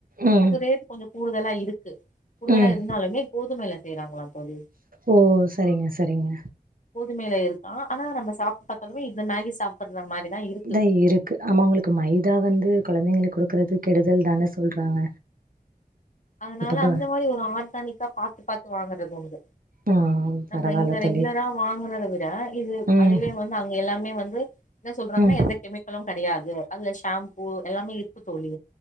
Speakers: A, on the right (about 60°); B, on the left (about 50°).
A: ம்
B: அது ரேட் கொஞ்சம் கூடுதலா இருக்கு கூடுதலா
A: ம்
B: இருந்தாலுமே கோதுமைையில செய்யறாங்களாம் தோலி
A: ஓ சரிங்க சரிங்க
B: புதுமையில இருக்கு ஆனா நம்ம சாப்பிட்டு பார்த்தாலே இந்த மேகி சாப்புட்ற மாரிதா இருக்கு
A: இதான் இருக்கு ஆமா உங்களுக்கு மைதா வந்து குழந்தைங்களுக்கு கொடுக்க இருக்கிறது கெடுதல் தானே சொல்றாங்க
B: அதனால
A: இப்பப்ப
B: அந்த மாதிரி ஒரு ஆர்கானிக்கா பாாரத்துு பாாரத்துு வாங்கறது உந்து
A: ம்
B: நம்ம
A: பரவால்ல
B: இந்த
A: தோழி
B: ரெகுலரா வாங்கினதை விட இது
A: ம்
B: அதுவே வந்து அங்க எல்லாமே வந்து என்ன சொல்றாங்கன்னா
A: ம்
B: எந்த கெமிக்கலும் கிடையாதுல ஹாம்பூ எல்லாமே இருக்கு தோளி